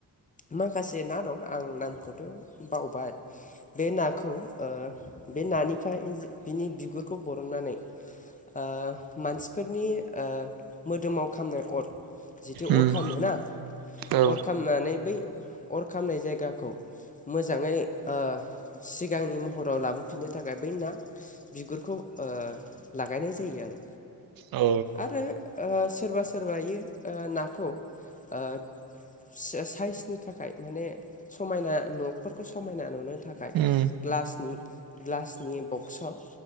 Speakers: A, on the left; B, on the right.
A: माखासे ना दं आं नामखौथ' बावबाय बे नाखौ ओ बे नानिफ्राय जि बिनि बि खौ बरन्नानै ओ मानसि फोरनि ओ मोदोमाव खामनाय अर जिथु
B: उम
A: अर खामोना
B: औ
A: अर खामनानै बै अर खामनाय जायगाखौ मोजाङै ओ सिगांनि महराव लाबो फिन्नो थाखाय बै‌ ना बिगुरखौ ओ लागायनाय जायो आरो।
B: औ
A: आरो ओ सोरबा सोरबायो ओ नाखौ ओ से-साइसनि थाखाय माने समायना न'फोरखौ समायना नुनो थाखाय
B: उम
A: ग्लासनि ग्लासनि बक्सआव